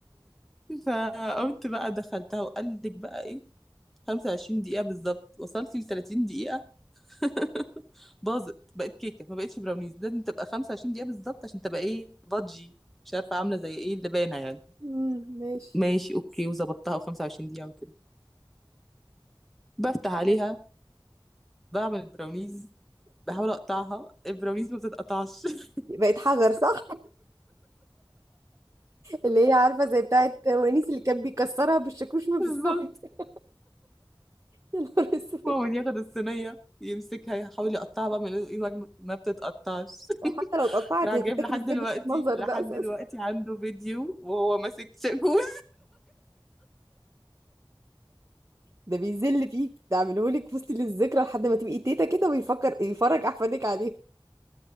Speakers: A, in the centre; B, on the right.
A: فقمت بقى دخلتها وقال لك بقى ايه 25 دقيقه بالظبط وصلت ل 30 دقيقه <laughs> باظت بقت كيكه ما بقتش براونيز لازم تبقى 25 دقيقه بالظبط عشان تبقى ايه فادجي مش عارفه عامله زي ايه اللبانه يعني
B: مم، ماشي
A: ماشي اوكي وظبطتها و25 دقيقه وكده بفتح عليها بعمل البراونيز بحاول اقطعها البراونيز ما بتتقطعش <laughs>
B: بقت حجر صح اللي هي عارفه زي بتاعت ونيس اللي كان بيكسرها بالشاكوش ما بيساوي
A: بالظبط
B: <laughs> يا نهار اسود
A: ماما ياخد الصينية يمسكها يحاول يقطعها بقى من ايده ما ما بتتقطعش
B: وحتى
A: <laughs>
B: لو اتقطعت
A: راح
B: هي
A: جايب
B: بتاكل
A: لحد
B: ازاي
A: دلوقتي
B: بالمنظر
A: لحد
B: ده اساسا؟
A: دلوقتي عنده فيديو وهو ماسك شاكوش
B: ده بيذل فيك ده عاملهولك في وسط الذكرى لحد ما تبقي تيتا كده ويفكر يفرج احفادك عليه